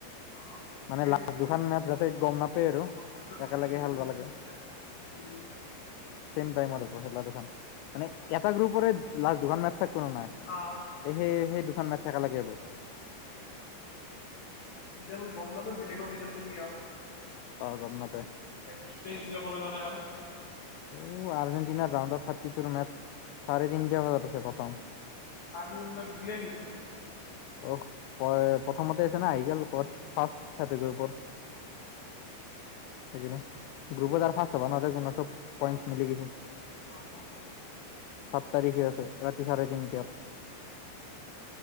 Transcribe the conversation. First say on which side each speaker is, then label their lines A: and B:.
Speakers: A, on the left; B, on the left.
A: অ ঠিকে
B: মানে
A: কৈছে
B: লা দুখন মেচ যাতে গম নাপায় আৰু একেলগে খেলিব
A: বুজি
B: লাগে
A: পাইছা <unintelligible>
B: চেম টাইমৰ হ'ব খেলা দুখন মানে এটা গ্ৰুপৰে লাষ্ট দুখন মেচ থাকিব না নাই
A: অ
B: এ সেই সেই দুখন মেচ একেলগে হ'ব
A: এতিয়া আপুনি গম নাপায় বেলেগৰ ৰিজাল্টটো কিয়?
B: অ গম নাপায়
A: <unintelligible> কৰিব নোৱাৰে আও
B: উম আৰ্জেণ্টিনাৰ ৰাউণ্ডত থাৰ্টি টু মেচ চাৰে তিনিটা বজাত আছে প্ৰথম
A: আৰ্জেণ্টিনাক দিলা নেকি
B: অ প্ৰথমতে আছে না আহি গল কত ফাৰ্ষ্ট কেতগুৰি ওপৰত সেইকাৰণে গ্ৰুপত আৰ ফাৰ্ষ্ট হ'ব নৰে কোনো চব পইন্ট মিলি গৈছি
A: অ অহ
B: সাত তাৰিখে আছে ৰাতি চাৰে তিনিটাত